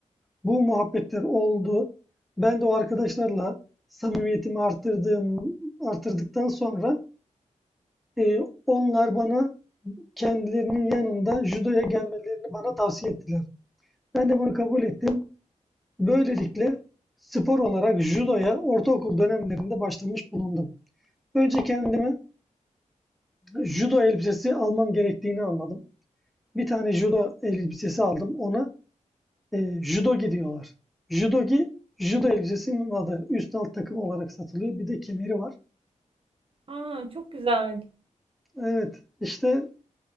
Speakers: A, in the centre; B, on the right.
A: bu muhabbetler oldu. Ben de o arkadaşlarla samimiyetimi arttırdığım arttırdıktan sonra e, onlar bana kendilerinin yanında judoya gelmelerini bana tavsiye ettiler. Ben de bunu kabul ettim. Böylelikle spor olarak judoya ortaokul dönemlerinde başlamış bulundum. Önce kendime judo elbisesi almam gerektiğini anladım. Bir tane judo elbisesi aldım. Ona e, judogi diyorlar. Judogi, judo elbisesinin adı. Üst alt takım olarak satılıyor. Bir de kemeri var.
B: Aa, çok güzel.
A: Evet, işte